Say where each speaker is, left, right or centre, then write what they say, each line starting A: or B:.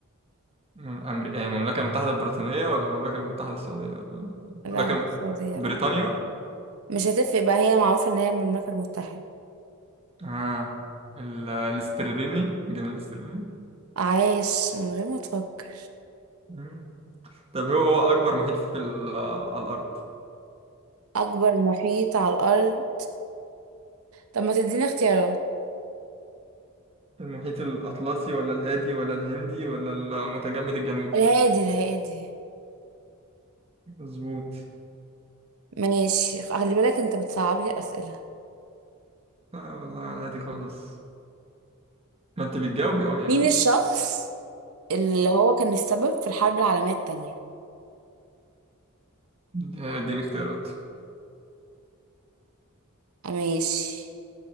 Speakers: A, on the right; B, on the right.
A: مم، أمري... إيه المملكة المتحدة البريطانية ولا المملكة المتحدة السعودية؟ المملكة
B: لا مش
A: الم...
B: السعودية
A: بريطانيا
B: لا مش هتفرق بقى هي معروفة ان هي المملكة المتحدة
A: آه ال... الاسترليني الجنيه الاسترليني
B: عايش من غير ما تفكر
A: مم. طب هو هو أكبر محيط في ال... على الأرض
B: اكبر محيط على الارض طب ما تديني اختيارات
A: المحيط الأطلسي ولا الهادي ولا الهندي ولا المتجمد الجنوبي؟
B: الهادي الهادي
A: مظبوط
B: ماشي خلي بالك انت بتصعب لي الاسئلة
A: لا والله على الهادي خالص ما أنت بتجاوبي أه يعني
B: مين الشخص اللي هو كان السبب في الحرب العالمية التانية
A: دي دي الاختيارات
B: ماشي